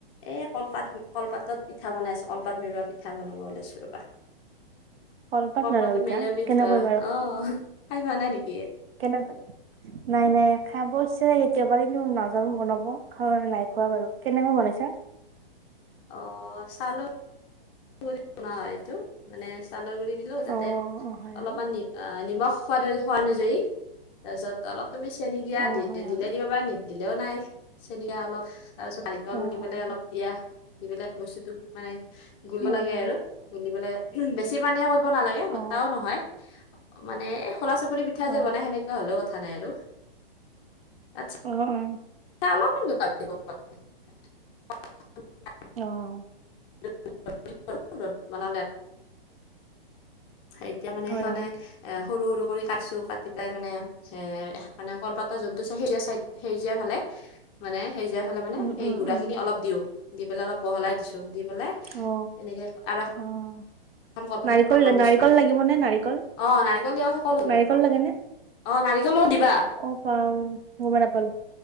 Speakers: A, on the left; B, on the right.
A: এ, কলপাত কলপাতত পিঠা বনাই আছোঁ, কলপাত মেৰোৱা পিঠা বনাব ওলাইছোঁ ৰ'বা।
B: কলপাত
A: কলপাতত
B: নলবিতা
A: মেৰোৱা পিঠোৱা।
B: কেনেকৈ
A: অ', খাই পোৱা নাই নেকি?
B: কেনেকা। নাই, নাই খাব ইচ্ছা কেতিয়া বা কিন্তু, নাজানো বনাব <unintelligible> নাই খোৱা বাৰু। কেনেকৈ বনাইছা?
A: অ', চাল <unintelligible> এইটো। মানে চাউলৰ গুৰি দিলোঁ তাতে
B: অ অ হয় হয়
A: অলপমান নি, নিমখ সোঁৱাদ, সোঁৱাদ অনুযায়ী তাৰপিছত অলপ তুমি চেনি দিয়া,
B: অ হয়
A: দিলে
B: হয়
A: দিব পাৰা। নিদিলেও নাই। চেনি দিয়া অলপ। তাৰপিছত নাৰিকল
B: অ
A: দি
B: হয়
A: পেলাই
B: হয়
A: অলপ দিয়া, দি পেলাই বস্তুটো মানে গুলিব
B: হয়
A: লাগে
B: হয়
A: আৰু গুলি পেলাই, বেছি পানীয়া কৰিব নালাগে, গোটাও
B: অ
A: নহয়। মানে খোলা চাপৰি পিঠা
B: অ অ
A: যে বনাই সেনেকুৱা হ'লেও কথা নাই আৰু। তাত
B: অ', অ'।
A: <inaudible>
B: অ'।
A: <inaudible> এতিয়া মানে
B: হয়
A: <unintelligible>
B: হয়
A: এ, সৰু-সৰু কৰি কাটিছোঁ, কাটি পেলাই মানে এ, মানে কলপাতৰ যোনটো চাইড সেউজীয়া চাইড সেৰিজীয়া ফালে মানে সেউজীয়া ফালে মানে
B: উম
A: সেই
B: উম
A: গুড়াখিনি
B: উম
A: অলপ দিওঁ, দি পেলাই অলপ বহলাই দিছোঁ, দি পেলাই
B: অ
A: এনেকে আৰু
B: অ
A: <unintelligible>
B: নাৰিকল
A: ঢাকন দিছিলোঁ।
B: নাৰিকল
A: অ',
B: লাগিব নে নাৰিকল
A: নাৰিকল দিয়া <unintelligible> অ',
B: নাৰিকল লাগে নে
A: নাৰিকলো দিবা।
B: অ', পাওঁ। গমেই নাপালো,